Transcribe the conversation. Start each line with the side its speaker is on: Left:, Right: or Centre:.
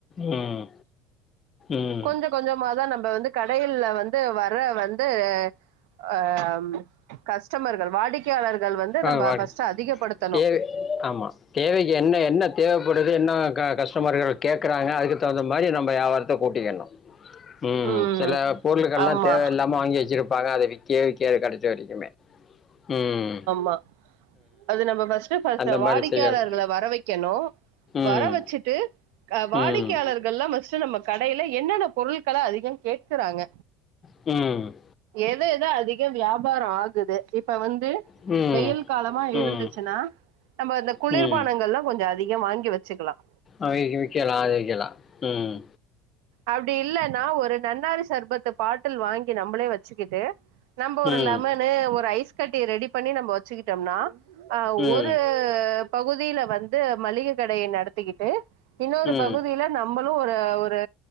Left: ம் ம்
Right: கொஞ்சம் கொஞ்சம தான் நம்ம இப்ப வந்து கடையில் ல வந்து வர இப்ப வந்து ம்ஹ கஸ்டமர்கள் வாடிக்கையாளர்கள் வந்து நம்ம
Left: ஆஹவடி
Right: ஃபர்ஸ்ட் அதிகப்படுத்தணு
Left: தேவை ஆமா தேவைக்கு என்ன என்ன தேவ எப்பொளுது என்ன கஸ்டமர்கள் கேட்கறாங்க அதுக்கு தவுந்த மாரி நம்ம யாவாரத்த கூட்டிக்கிடணும் உம்
Right: ம்
Left: சில பொருள்கள் எல்லாம்
Right: ஆமா
Left: தேவையில்லாம வாங்கி வச்சிருப்பாங்க அதை விக்க <unintelligible> கெடைச்ச வரைக்குமே உம்
Right: அ அது நம்ம ஃபஸ்ட்டு <unintelligible>
Left: அந்த
Right: வாடிக்கையாளர்கள
Left: மாதிரி செய்யலாம்
Right: வர வைக்கணும்
Left: ம்
Right: வர வச்சுட்டு வாடிக்கையாளர்கள
Left: ம்
Right: ஃபஸ்ட்டு நம்ம கடையில என்னென்ன பொருள்களஅதிக கேட்குறாங்க
Left: ம்.
Right: எதுஎது அதிக வியாபார ஆக் க்குது இப் பவன் து
Left: ம்.
Right: வெயில் காலமா
Left: ம்.
Right: இருந்துச்சுன்னா நம்ம இந்த குளிர்பானங்கள்லா
Left: ம்.
Right: கொஞ்ச அதிக வாங்கி வச்சுக்கலாம்
Left: அவிங்களுக்கு விக்கலா அது விக்கலா உம்
Right: அப்டில்ல நா ஒரு நன்னாரி சர்பத்த பாட்டில் வாங்கி நம்மளே வச்சுக்கிட்டு நம்ம ஒரு
Left: ம்.
Right: லெமனு ஒரு ஐஸ் கட்டி ரெடிப் பண்ணி நம்ம வச்சிக்கிட்டம்னா ஆஹ்
Left: ம்.
Right: ஒரு பகுதில வந்து மளிக கடைய நடத்திக்கிட்டு இன்னொரு
Left: ம்.
Right: பகுதியில நம்ம னு ஒரு ஒரு